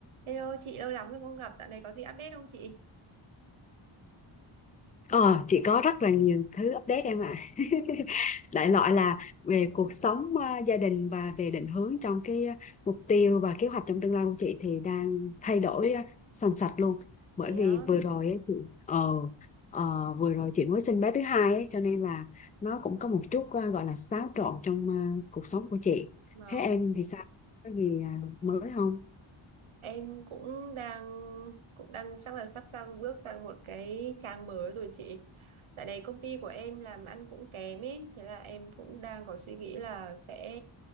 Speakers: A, on the right (about 80°); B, on the left (about 20°).
A: Hello chị lâu lắm rồi không gặp dạo này có gì update không chị?
B: Ờ, chị có rất là nhiều thứ update em ạ. <laughs> Đại loại là về cuộc sống ờ, gia đình và về định hướng trong cái ờ, mục tiêu và kế hoạch trong tương lai của chị thì đang thay đổi uh, soành soạch luôn. Bởi
A: Thế
B: vì
A: á,
B: vừa Ừ. rồi ấy chị ờ, ờ, vừa rồi chị mới sinh bé thứ hai ấy, cho nên là nó cũng có một chút ờ, gọi là xáo trộn trong ờ, cuộc sống của chị.
A: vâng
B: Thế em thì sao? Có gì ờ, mới không?
A: em cũng đang cũng đang chắc là sắp sang bước sang một cái trang mới rồi chị. Tại đây công ty của em làm ăn cũng kém ấy, thế là em cũng đang có suy nghĩ là sẽ